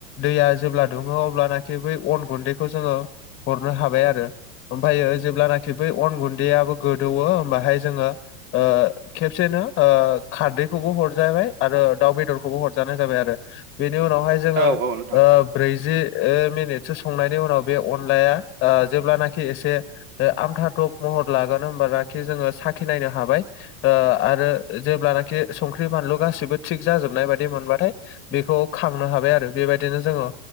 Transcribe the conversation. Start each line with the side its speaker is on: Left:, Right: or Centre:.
Left: दैया जेब्ला दुङो अब्लानाखि बै अन गुन्दै जोङो हरनो हाबाय आरो ओमफ्रायो जेब्लाना खि बै अन गुन्दैयाबो गोदौ होमबाहाय जोङो ओ खेबसेनो ओ खारदैखौबो हरजाबाय आरो दाउ बेदरखौबो हरजानाय जाबाय आरो बेनि उनावहाय जोङो
Right: औ औ नोंथां
Left: ओ ब्रैजि ओ मिनिटसो संनायनि उनाव बे अनलाया ओ जेब्लानाखि एसे ओ आमथा दब महर लागोन होनबालाखि जोङो साखि नायनो हाबाय ओ आरो जेब्लानाखि संख्रि, बानलु गासिबो थिग जाजोबनाय बायदि मोनबाथाय बेखौ खांनो हाबाय आरो बेबायदिनो जोङो